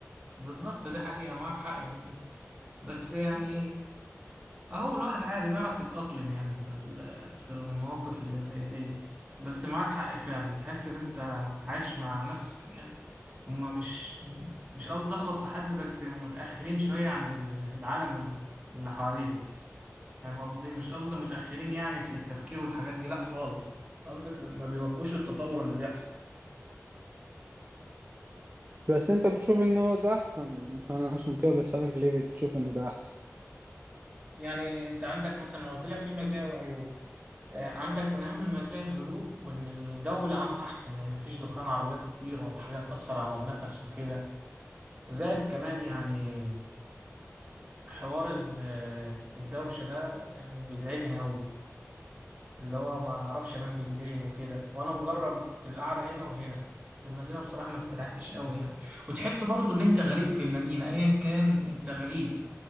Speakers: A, on the right; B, on the right.
A: بالظبط دي حقيقة معاك حق في دي. بس يعني اهو الواحد عادي بيعرف يتأقلم يعني في ال- في المواقف اللي زي دي بس معاك حق فعلا تحس ان انت عايش مع ناس يعني هما مش مش قصدي اغلط في حد بس متأخرين شوية عن ال- العالم ال- اللي حواليهم فاهم قصدي مش قصدي متأخرين يعني في التفكير والحاجات دي لا خالص قصدي في- ما بيواكبوش التطور اللي بيحصل
B: بس انت بتشوف ان هو ده احسن فانا عشان كده بسألك ليه بتشوف ان ده احسن
A: يعني انت عندك مثلا أنا قلت لك في مزايا وعيوب آه، عندك من أهم المزايا الهدوء وإن الجو العام أحسن يعني مفيش دخان عربيات كتير ولا حاجة تأثر على النفس وكده زائد كمان يعني حوار ال- آه، الدوشة ده يعني بيزعجني أوي اللي هو ما أعرفش أنام بالليل وكده وأنا مجرب القعدة هنا وهنا في المدينة بصراحة ما استريحتش أوي يعني وتحس برضو إن أنت غريب في المدينة أيا كان أنت غريب